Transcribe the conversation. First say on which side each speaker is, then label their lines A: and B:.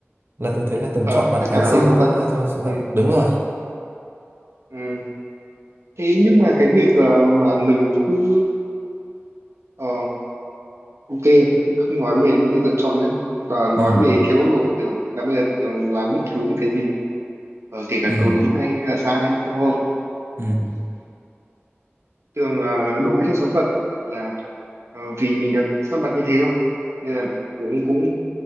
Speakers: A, on the right; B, on the right.
A: là Tường thấy là Tường
B: Ờ,
A: chọn bạn
B: tất
A: gái
B: cả là
A: xinh
B: do số
A: cũng
B: phận
A: là do số
B: ừ,
A: phận đúng rồi
B: ừ. thế nhưng mà cái việc ờ, mà mình cứ Ờ, ok, thế không nói về những việc lựa chọn nữa và nói
A: ừ
B: về theo góc độ của Tường là bây giờ Tường làm bất cứ một cái gì ờ, kể cả
A: ừ
B: câu đúng hay là sai đúng không?
A: ừ
B: Tường ờ, đổ hết cho số phận là ờ, vì mình được sắp đặt như thế thôi nên là Tường cũng